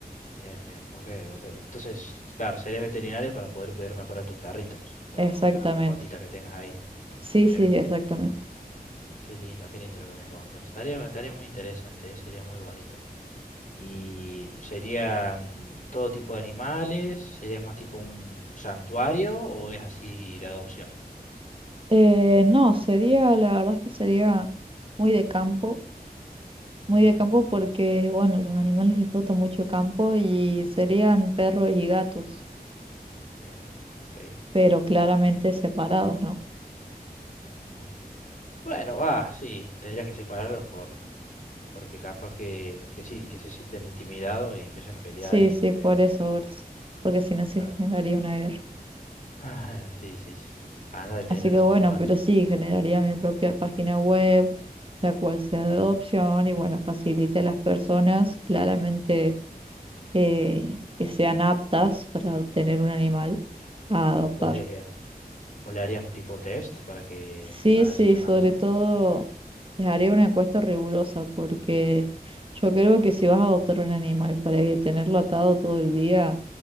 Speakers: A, on the left (about 50°); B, on the right (about 35°).
A: bien, bien, ok, ok. Entonces, claro, serías veterinaria para poder cuidar mejor a tus perritos o
B: Exactamente.
A: a las mascotitas que tengas ahí. en tu-
B: Sí,
A: Mira
B: sí,
A: qué bonito.
B: exactamente.
A: Qué lindo, qué lindo lo que me contas. Estaría, estaría muy interesante, eh, Sería muy bonito. Y serían todo tipo de animales, sería más tipo un santuario o es así la adopción.
B: Eh, no, sería, la verdad es que sería muy de campo,
A: Ujú,
B: muy de campo porque, bueno, los animales disfrutan mucho el campo y serían perros y gatos,
A: Bien, ok.
B: pero claramente separados, ¿no?
A: ujú. Bueno, va, sí, tendrías que separarlos por, porque capaz que, que sí, que se sienten intimidados y empiezan a pelear
B: Sí,
A: y
B: sí,
A: no estaría
B: por
A: bueno.
B: eso, por eso, porque si no se
A: Claro.
B: generaría una guerra.
A: <laughs> Sí, sí, sí. Anda a detenerlo
B: Así que
A: después
B: bueno,
A: los gatos.
B: pero sí, generaría mi propia página web, la cual sea de adopción y bueno, facilite a las personas claramente eh, que sean aptas para tener un animal a adoptar.
A: ¿Vos le, vos le harías un tipo test para que,
B: Sí,
A: para
B: sí,
A: ver si son
B: sobre
A: auto?
B: todo les haría una encuesta rigurosa porque yo creo que si vas a adoptar un animal para que tenerlo atado todo el día